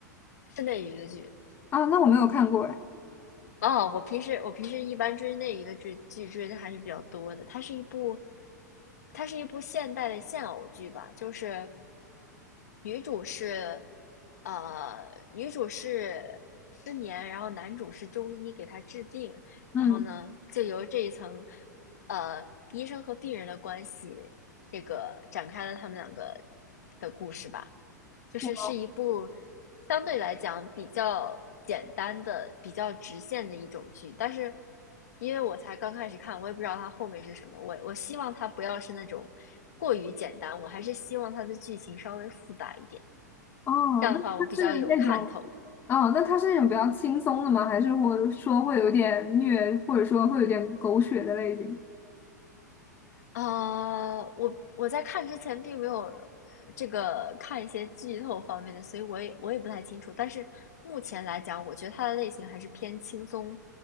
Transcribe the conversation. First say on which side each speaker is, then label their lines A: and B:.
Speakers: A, on the left; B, on the left.
A: 是内娱的剧，
B: 啊，那我没有看过哎。
A: 哦，我平时我平时一般追那一个追剧追的还是比较多的。它是一部，它是一部现代的现偶剧吧，就是女主是，呃，女主是失眠，然后男主是中医给她治病，
B: 嗯，
A: 然后呢，就由这一层，呃，医生和病人的关系，这个展开了他们两个的故事吧。就是是一部
B: 我
A: 相对来讲比较简单的、比较直线的一种剧，但是因为我才刚开始看，我也不知道它后面是什么。我我希望它不要是那种过于简单，我还是希望它的剧情稍微复杂一点，
B: 哦，
A: 这样的话我比较有看头。
B: 那它是那种，哦，那它是那种比较轻松的吗？还是或者说会有点虐，或者说会有点狗血的类型？
A: 啊、我我在看之前并没有呃这个看一些剧透方面的，所以我也我也不太清楚。但是目前来讲，我觉得它的类型还是偏轻松，